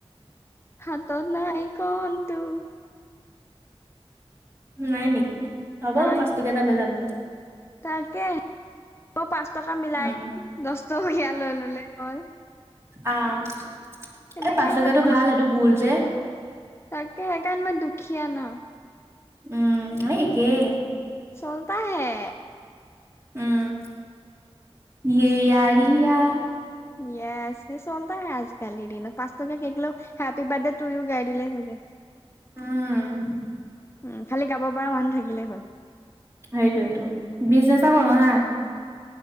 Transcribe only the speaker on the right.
নাই নেকি? হ'ব
পাচ টকীয়া এটা লৈ যামগৈ।
উম
আ',
এ পাচ টকীয়াটো
ভাল।
হেইটো গোল যে।
উম'। এ', একেই।
উম', য়ে য়াৰিয়া।
উম'।
সেইটোয়েটো। বিজনেচে কৰোঁ আহা।